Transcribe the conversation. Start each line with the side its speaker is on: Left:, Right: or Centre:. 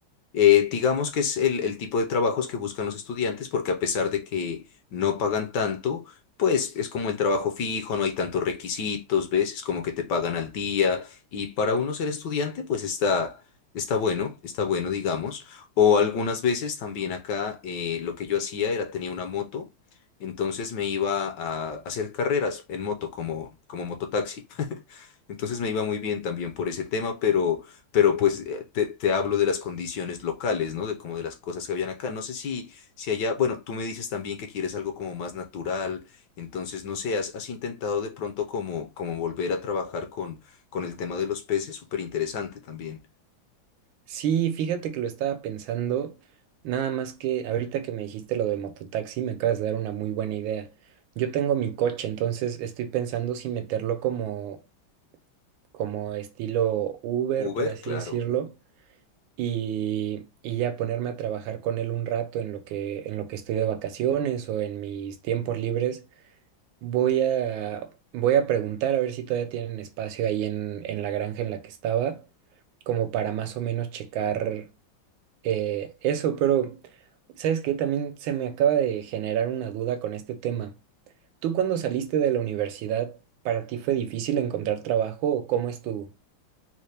Left: Eh, digamos que es el, el tipo de trabajos que buscan los estudiantes porque a pesar de que no pagan tanto, pues es como el trabajo fijo, no hay tantos requisitos, ¿ves? Es como que te pagan al día y para uno ser estudiante, pues está, está bueno, está bueno, digamos. O algunas veces también acá eh, lo que yo hacía era tenía una moto, entonces me iba a hacer carreras en moto como, como mototaxi. Entonces me iba muy bien también por ese tema, pero, pero pues eh, te, te hablo de las condiciones locales, ¿no? De como de las cosas que habían acá. No sé si, si allá, bueno, tú me dices también que quieres algo como más natural, entonces no sé, has, has intentado de pronto como, como volver a trabajar con, con el tema de los peces, súper interesante también.
Right: Sí, fíjate que lo estaba pensando, nada más que ahorita que me dijiste lo de mototaxi, me acabas de dar una muy buena idea. Yo tengo mi coche, entonces estoy pensando si meterlo como, como estilo Uber,
Left: Uber,
Right: por así
Left: claro.
Right: decirlo, y, y ya ponerme a trabajar con él un rato en lo que, en lo que estoy de vacaciones o en mis tiempos libres. Voy a, voy a preguntar a ver si todavía tienen espacio ahí en, en la granja en la que estaba, como para más o menos checar. Eh, eso, pero ¿sabes qué? También se me acaba de generar una duda con este tema. ¿Tú cuando saliste de la universidad, para ti fue difícil encontrar trabajo o cómo estuvo?